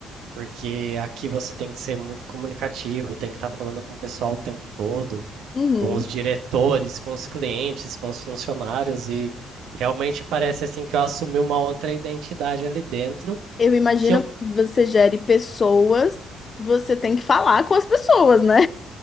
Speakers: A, on the right (about 65°); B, on the left (about 40°).
A: Porque aqui você tem que ser muito comunicativo, tem que estar falando com o pessoal o tempo todo,
B: Uhum.
A: com os diretores, com os clientes, com os funcionários, e realmente parece assim que eu assumi uma outra identidade ali dentro,
B: Eu imagino
A: que eu,
B: que você gere pessoas, você tem que falar com as pessoas, né?